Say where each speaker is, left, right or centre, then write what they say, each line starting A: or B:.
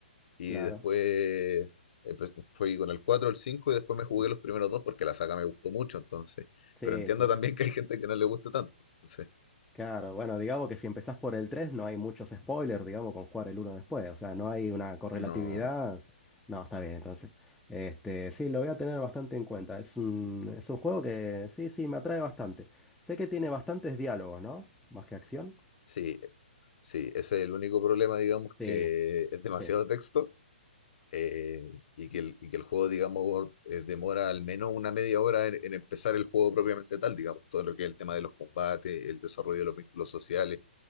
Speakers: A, on the left (about 55°); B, in the centre.
A: y
B: claro.
A: después empe- fui con el 4, el 5 y después me jugué
B: Ujú.
A: los primeros dos porque la saga me gustó mucho, entonces,
B: Sí,
A: pero entiendo
B: sí.
A: también que hay gente que no le guste tanto, entonces,
B: Claro, bueno, digamos que si empezás por el 3 no hay muchos spoilers, digamos, con jugar el uno después, o sea, no hay una correlatividad.
A: no,
B: No, está bien, entonces. Este, sí, lo voy a tener bastante en cuenta. Es un, es un juego que sí, sí, me atrae bastante. Sé que tiene bastantes diálogos, ¿no? Más que acción.
A: sí, Sí, ese es el único problema, digamos,
B: Sí,
A: que es demasiado
B: sí.
A: texto eh, y que el, y que el juego, digamos, eh, demora al menos una media hora en, en empezar el juego propiamente tal, digamos, todo lo que es el tema de los combates, el desarrollo de los vínculos sociales,